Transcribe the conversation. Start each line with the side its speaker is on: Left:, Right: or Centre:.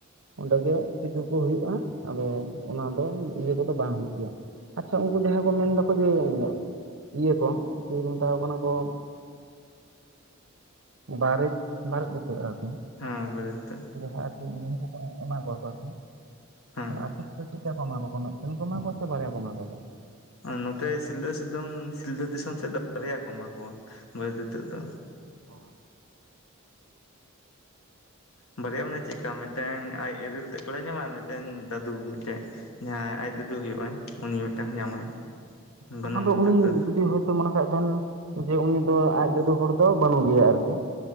Right: ᱚᱸᱰᱮ ᱜᱮ ᱥᱤᱸᱫᱩᱨ ᱠᱚ ᱦᱩᱭᱩᱜᱼᱟ ᱟᱫᱚ ᱚᱱᱟ ᱫᱚ ᱤᱭᱟᱹ ᱠᱚᱫᱚ ᱵᱟᱝ ᱦᱩᱭᱩᱜ ᱜᱮᱭᱟ ᱾ ᱟᱪᱪᱷᱟ ᱩᱱᱠᱩ ᱡᱟᱦᱟᱸ ᱠᱚ ᱢᱮᱱ ᱫᱚᱠᱚ ᱡᱮ ᱤᱭᱟᱹ ᱠᱚ ᱪᱤᱞᱤ ᱠᱚ ᱢᱮᱛᱟ ᱠᱚ ᱠᱟᱱᱟ ᱠᱚ ᱵᱟᱨᱮ ᱵᱟᱨᱮᱫ ᱤᱛᱟᱹᱫ ᱟᱨᱠᱤ
Left: ᱦᱮᱸ ᱵᱟᱨᱮᱫ ᱤᱛᱟᱹᱫ
Right: <unintelligible> ᱮᱢᱟ ᱠᱚᱣᱟ ᱠᱚ ᱟᱨᱠᱤ,
Left: ᱦᱮᱸ
Right: ᱛᱟᱦᱞᱮ ᱟᱠᱤᱱ ᱫᱚ ᱪᱮᱫ ᱠᱟ ᱠᱚ ᱮᱢᱟ ᱠᱚ ᱠᱟᱱᱟ ᱢᱮᱫᱴᱟᱱ ᱠᱚ ᱮᱢᱟ ᱠᱚᱣᱟ ᱥᱮ ᱵᱟᱨᱭᱟ ᱠᱚ ᱮᱢᱟ ᱠᱚ ᱠᱟᱱᱟ?
Left: ᱟᱨ ᱱᱚᱛᱮ ᱥᱤᱞᱫᱟᱹ ᱥᱤᱫᱚᱢ ᱥᱤᱞᱫᱟᱹ ᱫᱤᱥᱚᱢ ᱥᱮᱫ ᱫᱚ ᱵᱟᱨᱭᱟ ᱠᱚ ᱮᱢᱟ ᱠᱚᱣᱟ ᱵᱟᱨᱮᱫ ᱤᱛᱟᱹᱫ ᱫᱚ
Right: ᱚᱻ
Left: ᱦᱮᱸ ᱵᱟᱨᱭᱟ ᱢᱟᱱᱮ ᱪᱮᱜᱠᱟ ᱢᱤᱫᱴᱮᱝ ᱟᱡ ᱮᱨᱮᱞ ᱛᱮᱫ ᱠᱚᱲᱟᱭ ᱧᱟᱢᱟ ᱟᱨ ᱢᱤᱫᱴᱮᱝ ᱫᱟᱫᱩ ᱢᱤᱫᱴᱮᱱ ᱡᱟᱦᱟᱸᱭ ᱟᱡ ᱫᱟᱫᱩ ᱦᱩᱭᱩᱜ ᱟᱭ ᱩᱱᱤ ᱢᱤᱫᱴᱟᱝ ᱧᱟᱢᱟᱭ
Right: ᱚᱱᱟ
Left: ᱜᱚᱱᱚᱝ
Right: ᱩᱱᱤ
Left: ᱤᱛᱟᱹᱫ ᱫᱚ
Right: ᱡᱩᱫᱤ ᱦᱳᱭᱛᱳ ᱢᱚᱱᱮ ᱠᱟᱜ ᱵᱮᱱ ᱡᱮ ᱩᱱᱤ ᱫᱚ ᱟᱡ ᱫᱟᱹᱫᱩ ᱦᱚᱲ ᱫᱚ ᱵᱟᱹᱱᱩᱜ ᱜᱮᱭᱟ ᱟᱨᱠᱤ